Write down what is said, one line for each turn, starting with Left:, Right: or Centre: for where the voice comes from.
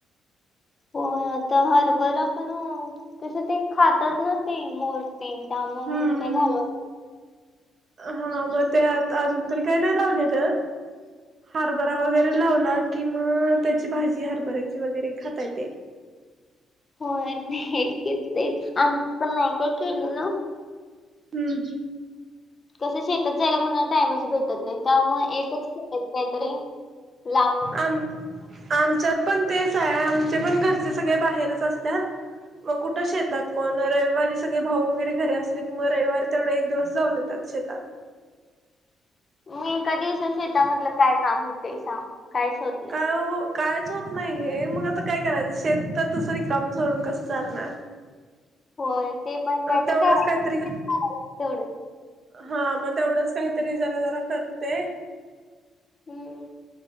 Left: हो आता हरभरा पण कसं, ते खातात ना ते मोर. तेन ता मग
Right: हम्म
Left: मी काय घालवते.
Right: हा म ते आत अजून तरी काही नाही लावले तर. हरभरा
Left: हम्म.
Right: वगैरे लावला कि मग त्याची भाजी हरभऱ्याची वगैरे खाता येते.
Left: होय. तेच आमच्या पण नाही काय केलं ना.
Right: हम्म.
Left: कसं शेतात जायला कोणाला टाइमच भेटत नाही, त्यामुळे एकच <unintelligible> काहीतरी. लांब
Right: आम आमच्यात पण तेच आहे, आमचे पण घरचे सगळे बाहेरच असत्यात. म कुठं शेतात कोण रविवारी सगळे भाऊ वगैरे घरे असले की म रविवारी तेवढे एक दिवस जाऊन त्या शेतात
Left: मी कधी असं शेता मधलं काय काम होते सांग कायच होत. नाही
Right: काय हो कायच होत नाही हे, मग आता काय करायचं शेत तर तसं रिकाम सोडून कसं चालणार.
Left: होय ते पण काय
Right: तेवढंच
Left: ते कराय
Right: काहीतरी
Left: <inaudible> तेवढं.
Right: हा म तेवढंच काहीतरी जरा जरा करते.
Left: हम्म.